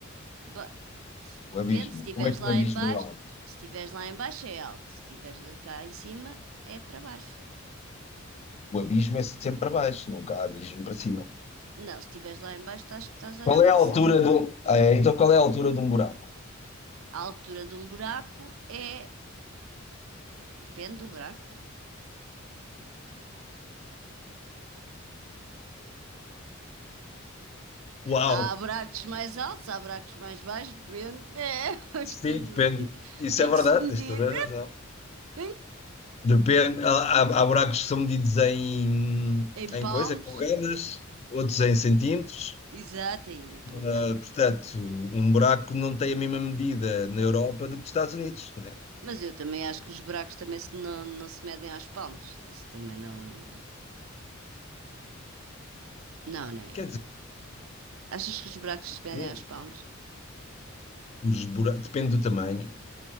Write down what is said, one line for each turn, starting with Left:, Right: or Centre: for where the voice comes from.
Right: Ba- se- Depende,
Left: O abismo.
Right: se estiveres
Left: Como é que
Right: lá
Left: um abismo
Right: em baixo,
Left: é alto?
Right: se estiveres lá em baixo é alto, se estiveres lá cá em cima é para baixo.
Left: O abismo é sempre para baixo, nunca há abismo para cima.
Right: Não, se estiveres lá em baixo estás, estás a
Left: Qual
Right: olhar para
Left: é a altura
Right: cima.
Left: do. É, então, qual é a altura de um buraco?
Right: A altura de um buraco é... Depende do buraco.
Left: Uau!
Right: Há buracos mais altos, há buracos mais baixos, depende. É, <laughs> estou
Left: Sim,
Right: de medir.
Left: depende. Isso
Right: Tem
Left: é verdade,
Right: que se medir
Left: tens toda a razão.
Right: <laughs>
Left: Depende. Há, há- há buracos que são medidos em,
Right: em
Left: em
Right: palmos,
Left: coisas, em polegadas, outros em centímetros.
Right: exato, em polegada.
Left: Ah, portanto, um buraco não tem a mesma medida na Europa do que nos Estados Unidos, né?
Right: Mas eu também acho que os buracos também se- não, não se medem aos palmos. Isso também não... Não, né?
Left: Quer dizer,
Right: Achas que os buracos se pendem
Left: sim,
Right: aos palmos?
Left: os buracos, depende do tamanho.